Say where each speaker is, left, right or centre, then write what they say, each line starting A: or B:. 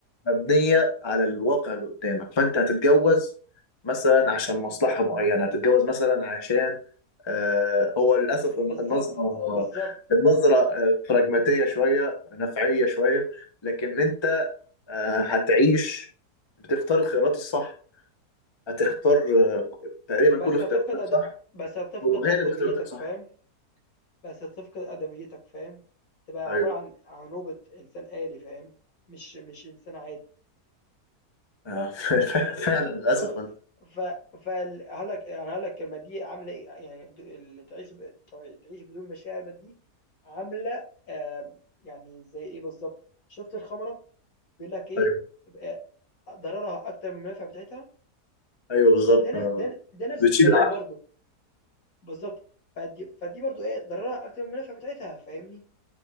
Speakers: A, on the left (about 20°); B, on the left (about 60°).
A: مبنية على الواقع اللي قدامك فانت هتتجوز مثلا عشان مصلحة معينة هتتجوز مثلا عشان آه هو للأسف النظرة
B: بالضبط، بالضبط.
A: النظرة آه، براجماتية شوية نفعية شوية لكن انت آه هتعيش بتختار الخيارات الصح هتختار آه، تقريبا
B: بس
A: كل اختياراتك
B: هتفقد أد
A: صح
B: بس هتفقد
A: وغالب
B: أدميتك،
A: اختياراتك صح
B: فاهم؟ بس هتفقد آدميتك فاهم، هتبقى
A: ايوه
B: عبارة عن عن روبوت إنسان آلي فاهم، مش مش إنسان عادي
A: آه، <laughs>
B: ف
A: فعلا للأسف
B: ف ف ف فال هقولك يعني هقولك الكلمة دي عاملة إيه يعني د اللي تعيش ب تع تعيش بدون مشاعر بقى دي عاملة آمم، يعني زي إيه بالضبط، شُفت الخمرة بيقول لك إيه
A: ايوه
B: ب ضررها أكتر من المنافع بتاعتها،
A: ايوه بالظبط
B: ده
A: آه.
B: ن ده ده نفس
A: بتشيل
B: الكلام
A: العقل
B: برضه، بالضبط، فدي فدي برضه إيه ضررها أكتر من المنافع بتاعتها فاهمني؟